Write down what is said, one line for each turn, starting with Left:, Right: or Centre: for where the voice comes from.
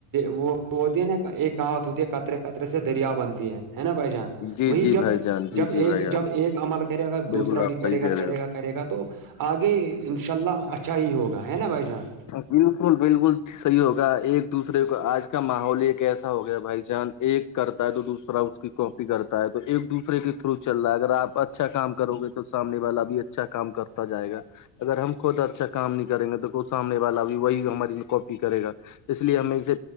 Right: وہ وہودی نا ایک کہاوت ہوتی ہے قطرے قطرے سے دریا بنتی ہے نا بھائی جان
Left: جی
Right: وہی
Left: جی
Right: جب
Left: بھائی جان جی
Right: جب
Left: جی
Right: ایک
Left: بھائی جان
Right: جب ایک عمل کرے گا
Left: بالکل
Right: دوسرا
Left: آپ
Right: بھی کرے
Left: صحیح
Right: گا
Left: کہہ
Right: کرے
Left: رہے ہو
Right: گا کرے گا تو آگے ان شاء اللہ اچھا ہی ہوگا ہے نا بھائی جان
Left: بالکل بالکل صحیح ہوگا ایک دوسرے کو آج کا ماحول ایک ایسا ہو گیا بھائی جان ایک کرتا ہے تو دوسرا اس کی کاپی کرتا ہے تو ایک دوسرے کے تھرو چل رہا ہے اگر آ اھا اچھا کام کرو گے تو سامنے والا بھی اچھا کام کرتا جائے گا اگر ہم خود اچھا کام نہیں کریں گے تو سامنے والا بھی وہی ہماری کاپی کرے گا اس لیے ہمیں اسے